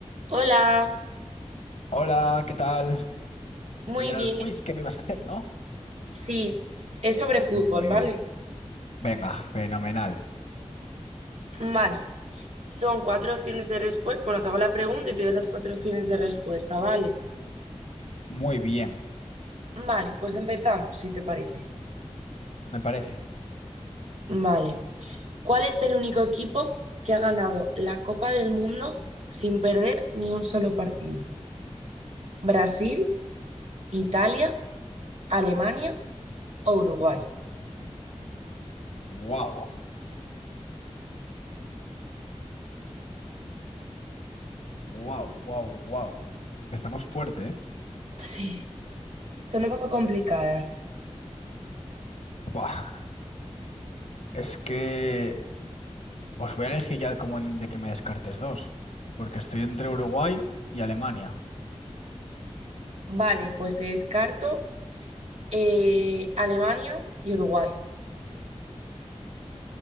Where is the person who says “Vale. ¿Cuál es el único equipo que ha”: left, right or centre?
Right